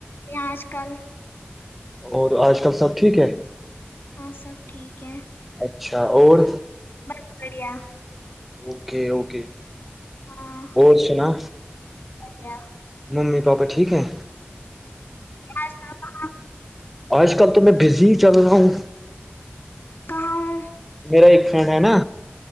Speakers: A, on the left (about 65°); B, in the centre.
A: آج کل
B: اور آج کل سب ٹھیک ہے
A: ہاں سب ٹھیک ہے
B: اچھا اور
A: بس بڑھیا
B: اوکے اوکے
A: ہاں
B: اور سنا
A: بڑھیا
B: ممی پاپا ٹھیک ہے
A: آج کل کہاں
B: آج کل تو میں بزی چل رہا ہوں
A: کہاؤ
B: میرا ایک فرینڈ ہے نا